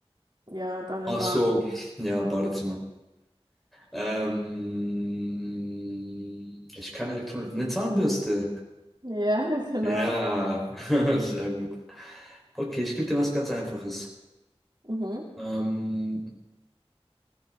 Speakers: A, on the right (about 45°); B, in the centre.
A: Ja, dann
B: Ach
A: im Bad.
B: so, ja, Badezimmer. Ähm, ich kann Elektronik. Eine Zahnbürste.
A: Ja, <laughs> genau.
B: Ja, <laughs> sehr gut. Okay, ich gebe dir was ganz Einfaches.
A: Mhm,
B: Ähm,